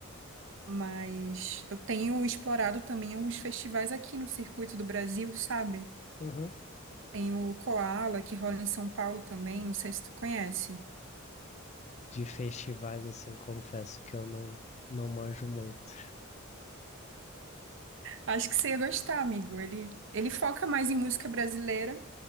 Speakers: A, on the right; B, on the left.
A: mas eu tenho explorado também alguns festivais aqui no circuito do Brasil, sabe?
B: Uhum.
A: Tem o Koala, que rola em São Paulo também, não sei se tu conhece.
B: De festivais assim, confesso que eu não, não manjo muito.
A: Acho que você ia gostar, amigo. Ele, ele foca mais em música brasileira,